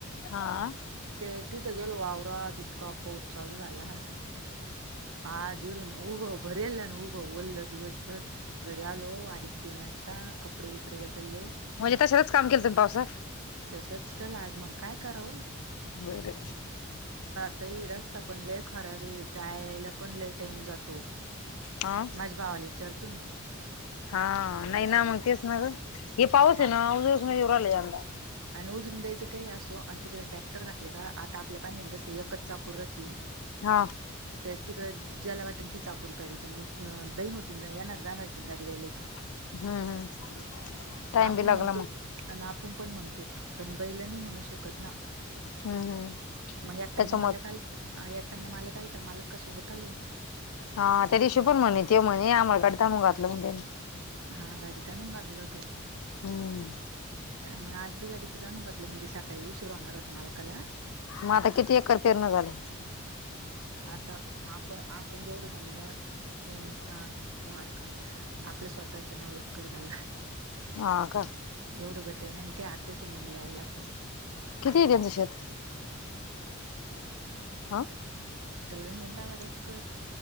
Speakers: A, on the left (about 80°); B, on the right (about 90°).
A: हा
B: ते तिथं गेल वावरा तितका पाऊस चालू झाला हा जिडूून उऊब बरल नव ब ल दिवस भर घर आलो आडस्तनत. आता कपडे बिपडे बदलले
A: म्हणजे तशालाच काम केलं तुम्ही पावसात
B: तसच कल आज मग काय करो,
A: वरे,
B: रस्ता पण लय खराब आहे जायला. पण ल टाईम जातो
A: हा
B: माझ्या भावाला विचारतो म्.
A: हा नाही ना मग तेच न हे पाऊस
B: मा
A: आहे ना उदराला यंदा,
B: आणि उजरून द्यायचं काही असो आणि तिकडे ट्रॅक्टर घातले का आता आपल्या पाण्याने जस एकच चाकूरती.
A: हा
B: तर तिकड, ज्याला वाटेल ती चाकरी प्याड तर मग दैन होती येणार जाणारची गाडी वहिय
A: हम्म हम्म टाइम
B: आपण
A: बी लागला
B: म्हणतो
A: मग
B: आणि आपण पण म्हणतो. पण बैलनी म्हणू शकत ना
A: हम्म हम्म
B: मग आताना
A: त्याच्यामुळे
B: मालकलत येताना मालक आलता मालक कासोबत आलो.
A: हा त्या दिवशी पण म्हणे त म्हणे आंम्हाकडता म घातलं म्हण त्यानी
B: हा गाडीत आणून घालल होत.
A: हम्म
B: मग आज मी गाडीत जाणून घातलं म्हणजे सकाळी उशीर होणार होता मालकाला
A: मग आता किती एकर पेरण झाले
B: आता आपण आपण जेवढं समजा दोन चार आठ आपलं स्वतःच नवयुक्कर झालं.
A: हा का,
B: एवढं भटे आण काही आद्रेिन म्ह लावेला आपण
A: किती आहेच शेत हा.
B: तेलगज एंदा वक